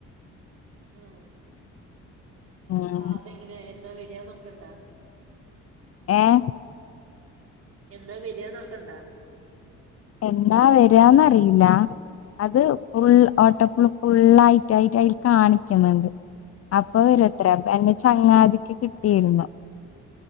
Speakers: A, on the right; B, on the left.
A: ഉം
B: ഉം
A: ആഹ് അതെങ്ങനെ എന്നാ റ്റേന്നക്കണ്ടാ
B: ഏഹ്
A: എന്നാ വരാ ന്നൊക്കണ്ടാ
B: എന്നാ വരാന്നറിയില്ല അത് ഫുൾ ഓട്ടപ്പുൾ ഫുള്ളായിട്ടായിട്ട് അയിൽ കാണിക്ണ്ണ്ട് അപ്പൊ വരത്ര എന്നെ ചങ്ങാതിക്ക് കിട്ടിരുന്നു.